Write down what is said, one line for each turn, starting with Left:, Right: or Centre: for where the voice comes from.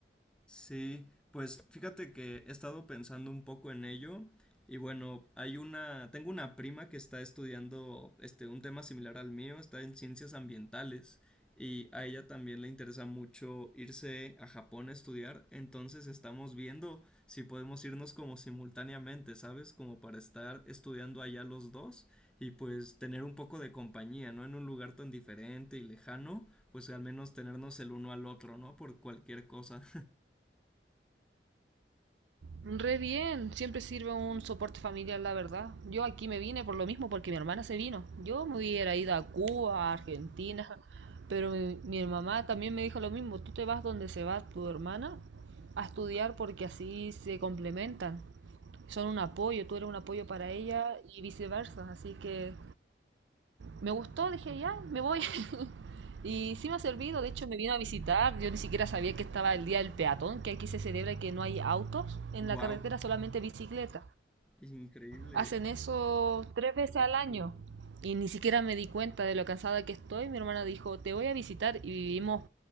Centre: Sí, pues fíjate que he estado pensando un poco en ello y bueno, hay una, tengo una prima que está estudiando este un tema similar al mío, está en ciencias ambientales y a ella también le interesa mucho irse a Japón a estudiar, entonces estamos viendo si podemos irnos como simultáneamente, ¿sabes? Como para estar estudiando allá los dos y pues tener un poco de compañía, ¿no? En un lugar tan diferente y lejano, pues al menos tenernos el uno al otro, ¿no? Por cualquier cosa.
Right: Re bien, siempre sirve un soporte familiar, la verdad. Yo aquí me vine por lo mismo, porque mi hermana se vino. Yo me hubiera ido a Cuba, a Argentina, pero mi, mi mamá también me dijo lo mismo. Tú te vas donde se va tu hermana a estudiar porque así se complementan. Son un apoyo, tú eres un apoyo para ella y viceversa. Así que me gustó, dije, ya, me voy. <laughs> Y sí me ha servido, de hecho me vino a visitar, yo ni siquiera sabía que estaba el día del peatón, que aquí se celebra y que no hay autos en
Centre: Wow,
Right: la carretera, solamente bicicleta.
Centre: es increíble.
Right: Hacen eso tres veces al año y ni siquiera me di cuenta de lo cansada que estoy. Mi hermana dijo, te voy a visitar y vivimos